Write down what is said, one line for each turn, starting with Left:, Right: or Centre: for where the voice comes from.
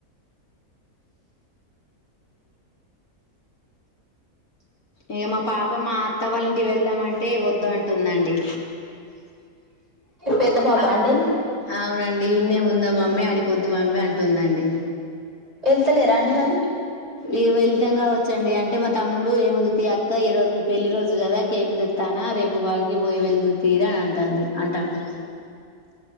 Left: ఇగ మా పాప మా అత్త వాళ్ళ ఇంటి వెళ్దాం అంటే వద్దు అంటుందండి
Right: పెద్ద పాప
Left: అ
Right: అండి
Left: అవునండి ఇన్నే ఉందా మమ్మీ ఆడికోద్దు మమ్మీ అంటుందండి
Right: వెళ్తలేరా అండి మరి
Left: ఇగ వెళ్తాం కావా చ్చండి అంటే మా తమ్ముడు ఏముంది తీ అక్క ఈ రోజు మీ పెళ్లి రోజు కదా కేక్ తెస్తానా రేపు వాడికి పోయే వెళ్దు తీర అంటాంది అంటాడు